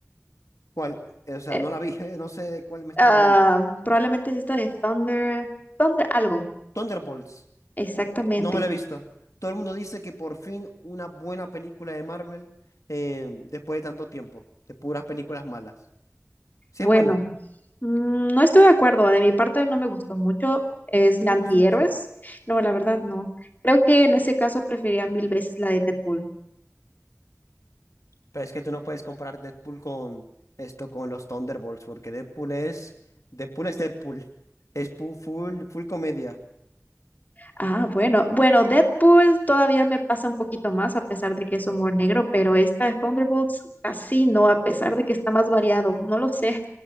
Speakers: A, on the left; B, on the left.
A: ¿Cuál? O sea,
B: Eh,
A: no la vi, <laughs> no sé de cuál me estás
B: ah,
A: hablando.
B: probablemente es esta de Thunder... Thunder algo.
A: Thunderbolts.
B: Exactamente.
A: No me la he visto. Todo el mundo dice que por fin una buena película de Marvel eh, después de tanto tiempo, de puras películas malas. Si
B: Bueno,
A: es buena,
B: mm, no estoy de acuerdo. De mi parte no me gustó mucho. Es
A: no
B: de
A: te
B: antihéroes.
A: gustó mucho.
B: No, la verdad no. Creo que en ese caso preferiría mil veces la de Deadpool.
A: Pero es que tú no puedes comparar Deadpool con esto, con los Thunderbolts, porque Deadpool es, Deadpool es Deadpool. Es pu- full, full, comedia.
B: Ah, bueno. Bueno, Deadpool todavía me pasa un poquito más a pesar de que es humor negro, pero esta de Thunderbolts casi no, a pesar de que está más variado. No lo sé.